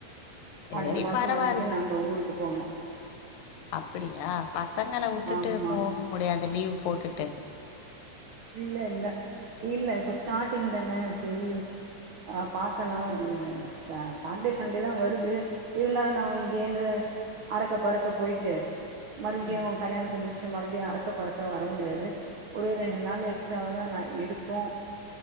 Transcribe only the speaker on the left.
செரி
பரவால்ல
அப்படியா பசங்களை வுட்டுட்டு
போக முடியாது லீவ் போட்டுட்டு
ம்